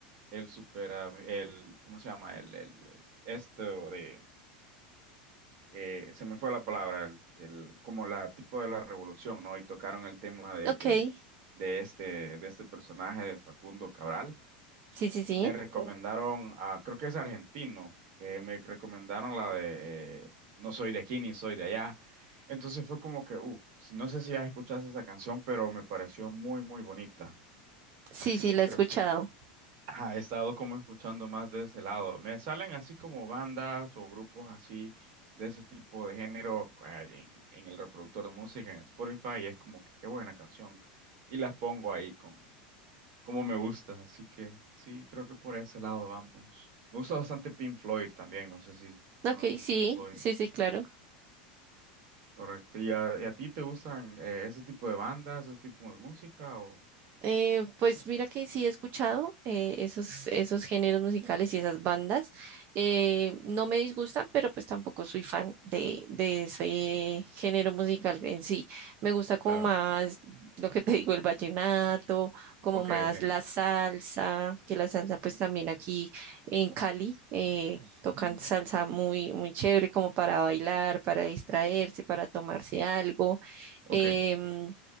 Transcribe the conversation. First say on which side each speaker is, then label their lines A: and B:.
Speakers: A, on the right; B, on the right.
A: el supera, el, ¿cómo se llama? El, el, esto de, eh, se me fue la palabra, el, el- como la tipo de la revolución, ¿no? Y tocaron el tema de,
B: Ok,
A: de,
B: sí,
A: de este, de este personaje de Facundo Cabral
B: sí, sí,
A: me ¿no? recomendaron, a, creo que es argentino, eh, me recomendaron la de eh, No soy de aquí ni soy de allá. Entonces fue como que, uff, no sé si ya escuchaste esa canción, pero me pareció muy, muy bonita.
B: sí,
A: Así
B: sí,
A: que
B: la
A: creo
B: he escuchado.
A: que ajá, he estado como escuchando más de ese lado. Me salen así como bandas o grupos así de ese tipo de género eh, en, en el reproductor de música en Spotify y es como que qué buena canción. Y las pongo ahí con como me gusta, así que sí, creo que por ese lado vamos. Me gusta bastante Pink Floyd también, no sé si
B: Ok,
A: conoces
B: sí,
A: Pink Floyd,
B: sí, sí, claro.
A: correcto. ¿Y a, y a ti te gustan eh, ese tipo de bandas, ese tipo de música o...?
B: Eh, pues mira que sí he escuchado eh, esos, esos géneros musicales y esas bandas. Eh, no me disgustan, pero pues tampoco soy fan de, de ese género musical en sí. Me gusta como
A: Claro,
B: más lo que te digo, el vallenato, como
A: ok,
B: más
A: ok,
B: la salsa, que la salsa pues también aquí en Cali eh, tocan
A: ujú,
B: salsa muy, muy chévere como para bailar, para distraerse, para tomarse algo.
A: ok,
B: Em,